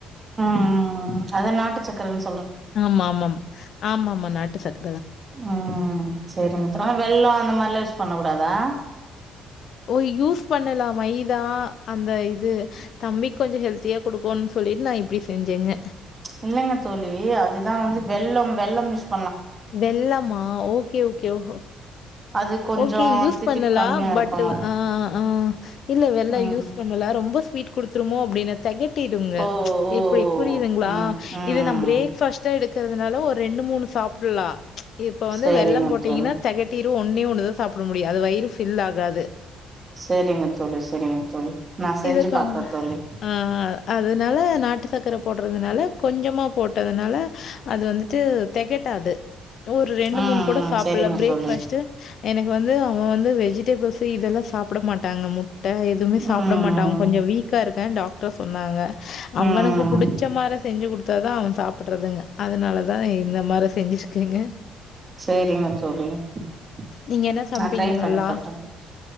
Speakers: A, on the right; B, on the left.
A: அ அ அ அ அ அதா நாட்டு சக்கரன்
B: ஆமா ஆம ஆமா ஆம நாட்டு சக்
A: ம் செரி <unintelligible> வெள்ளோ அந்த மாரி யூஸ் பண்ணக்கூடாதா
B: ஓ யூஸ் பண்ணலா மைதா அந்த இது தம்பிக் கொஞ்சோ ஹெல்த்தியா குடுக்கும்னு சொல்லிட்டு நா இப்டி செஞ்சேங்க
A: ச்ச் இல்லங்க தோழி அதுதா வந்து வெள்ளம் வெள்ளம் யூஷ்
B: வெள்ளமா ஓகே ஓகே ஒ ஒ
A: அது கொஞ்சோ
B: ஓகே யுஸ்
A: தித்திப்பு
B: பண்ணலா
A: கம்மியா
B: பட்
A: இருக்கு
B: அ ஆ அ இல்ல வெள்ளோ
A: ம்
B: யூஸ் பண்ணலா ரொம்ப ஸ்வீட் த்ருமோ அப்டின்னு தெகட்டிடுங்க
A: ஓ
B: ம்ச்
A: ஓ
B: எப்டி புரியுதுங்களா
A: ம் ம்
B: இத நம்
A: ம்
B: ப்ரேக் பாஸ்ட எடுக்க ற்துனால ஒரு ரெண்டு மூணு சாப் ஃபுல்லா ச்ச் இப்ப வந்து
A: சரிங்க
B: வெள்ள போட்டீங்கன்னா
A: தோழி
B: தெகட்டி <unintelligible> ஒன்னே ஒன்னுதா சாப்பிட முடியு அது வயிறு ஃபில் ஆகாது
A: சரிங்க தோழி சரிங்க தோழி நா செஞ்சு
B: <unintelligible>
A: பாக்குறே தோழி
B: அ அதனால நாட்டு சக்கர போடுறதுனால கொஞ்சமா போட்டதுனால அது வந்துட்டு தெகட்டாது ஒரு ரெண்டு
A: ம்
B: மூணு கூட
A: ம்
B: சாப்பில்ல
A: சரிங்க
B: ப்ரேக்ஃபஸ்ட்டு
A: தோழி
B: எனக்கு வந்து அவ வந்து வெஜிடபிள்ஸ் இதெல்லா சாப்பிட மாட்டாங்க முட் ட எதுமே சாப்
A: ம்
B: அவ கொஞ்சோ வீக்கா இருக்கா டாக்டர் சொன்னாங்க அவனுக்கு
A: ம்
B: புடிச்ச மாரி செஞ்சு குடுத்தாதா அவ சாப்பட்ருதுங்க அதனாலதா இந்த மாரி செஞ்சி <unintelligible> ங்க
A: செரிங்க தோழி நா
B: நீங்க என்ன சமைப்பீங்க
A: டஃரைப்
B: நல்லா?
A: பண்ணி பாக்ற